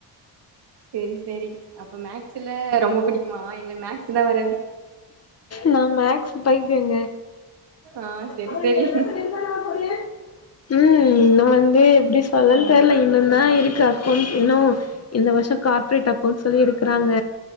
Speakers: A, on the right; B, on the left.
A: சேரி சேரி அப்ப மேக்ஸ்ல ரொம்ப பிடிக்குமா எங்களுக்கு மேக்ஸ்லா வராது
B: நா மேக்ஸ் பைத்தியோங்க
A: ஆ செரி
B: அவ
A: செரி
B: நா டிரெஸ் நித்தனா கொரியேன் உம் இன்னு வந்து எப்டி சொல்லன்னு தெர்ல இன்னொன்னா இருக்கு அக்கொண்ட்சு இன்னு இந்த வர்ஷோ கார்ப்ரேட் அக்கொண்ட் சொல்லி இருக்குறாங்க